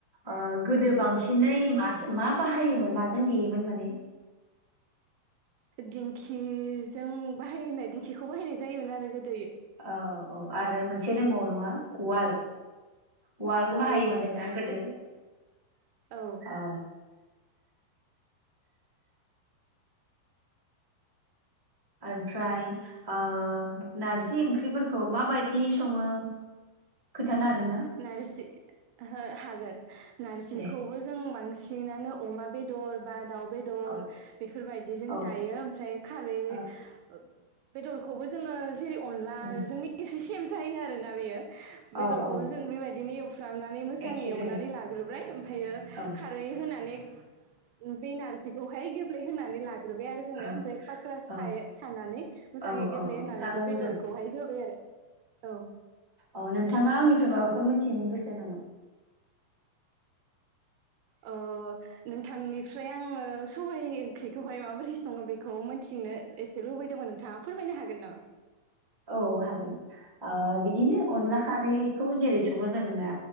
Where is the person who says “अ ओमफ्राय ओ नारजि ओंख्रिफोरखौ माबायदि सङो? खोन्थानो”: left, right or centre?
Right